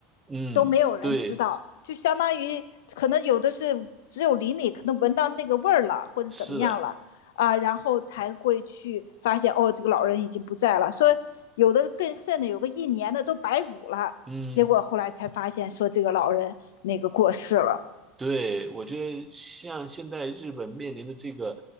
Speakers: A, on the right; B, on the left.
A: 嗯，
B: 都没有人知道，
A: 对，
B: 就相当于可能有的是只有邻里可能闻到那个味儿了，或者怎么样了啊，
A: 是的，
B: 然后才会去发现哦，这个老人已经不在了。说有的更甚的，有个一年的都白骨了。
A: 嗯，
B: 结果后来才发现说这个老人那个过世了。
A: 对，我觉得像现在日本面临的这个，